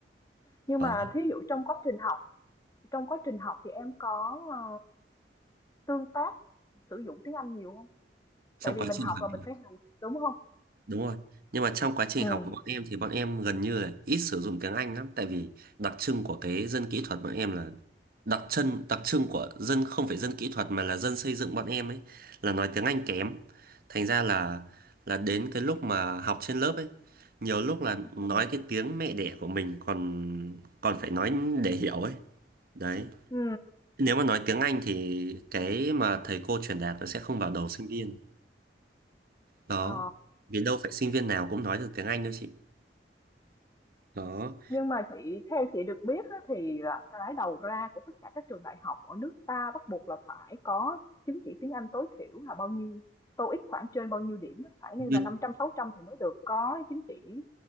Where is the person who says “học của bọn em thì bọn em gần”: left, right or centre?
Right